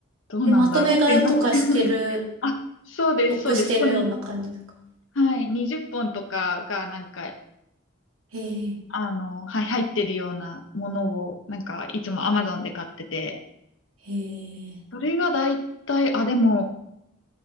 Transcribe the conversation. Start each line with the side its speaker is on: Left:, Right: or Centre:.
Left: どうなんだろう。
Right: え、まとめ買いとかしてる、
Left: すいません。あ、そうです、
Right: 得してるような感じですか
Left: そうです。もうに、はい、20本とかが、なんか、
Right: へえ。
Left: あの、はい、入ってるようなものを、なんか、いつも Amazon で買ってて、
Right: へえ。
Left: それがだいたい、あ、でも、